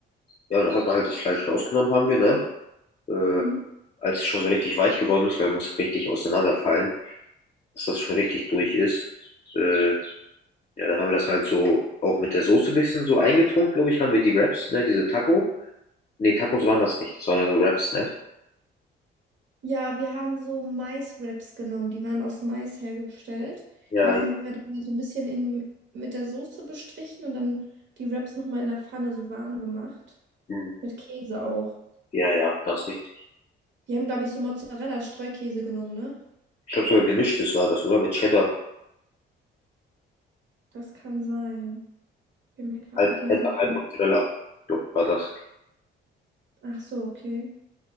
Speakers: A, on the left; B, on the right.
A: Ja, und dann hat man halt das Fleisch rausgenommen, haben wir, ne? Äh,
B: Hm.
A: als es schon so richtig weich geworden ist, weil er muss richtig auseinanderfallen, dass das schon richtig durch ist. Äh, ja, dann haben wir das halt so auch mit der Soße ein bisschen so eingetrunken, glaube ich, haben wir die Wraps, ne, diese Taco. Ne, Tacos waren das nicht, das waren ja so Wraps, ne?
B: Ja, wir haben so Maiswraps genommen, die waren aus Mais hergestellt.
A: Ja,
B: Die haben wir dann so ein bisschen in, mit der Soße bestrichen und dann die Wraps nochmal in der Pfanne so warm gemacht.
A: hm,
B: Mit Käse auch.
A: ja, ja, ganz richtig.
B: Wir haben, glaube ich, so Mozzarella-Streukäse genommen, ne?
A: Ich glaube sogar gemischtes war das, oder? Mit Cheddar,
B: Das kann sein. Bin mir gerade
A: halb
B: nicht
A: Cheddar,
B: mehr sicher.
A: halb Mozzarella, glaube war das.
B: Ach so, okay.